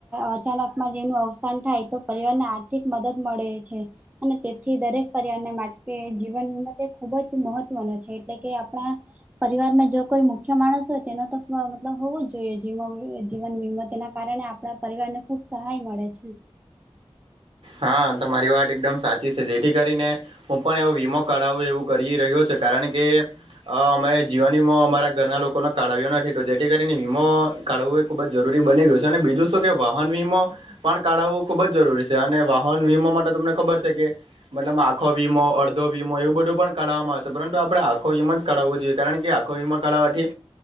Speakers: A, on the right (about 15°); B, on the right (about 60°).
A: અચાનકમાં જેનું અવસાન થાય તો પરિવારને આર્થિક મદદ મળે છે અને તેથી દરેક પરિવારને માટે જીવન વિમ ખૂબ જ મહત્વનો છે એટલે કે આપણા પરિવારમાં જો કોઈ મુખ્ય માણસ હોય તેનો તો મતલબ હોવું જ જોઈએ જી જીવન વીમો તેના કારણે આપણા પરિવારને ખૂબ સહાય મળે છે
B: હા તમા મારી વાત એકદમ સાચી છે જેથી કરીને હું પણ એવો વીમો કરાવું એવું કરી રહ્યો છ કારણ કે હ અમે જીવાન વીમો અમારા ઘરના લોકોનો કાઢાવ્યો નથી તો જેથી કરીને વીમો કાઢવું એ ખુબ જરૂરી બની ગયું છે અને બીજું શું કે વાહન વીમો પણ કાઢવું ખુબ જરૂરી છે અને વાહન વીમાો માટે તમને ખબર છે કે મતલબ આખો વીમો અડધો વીમો એવું બધું પણ કરાવામાં આવશે પરંતુ આપડે આખો વીમ જ કરાવવું જોઈએ કારણ કે આખો વીમા કાળવાથી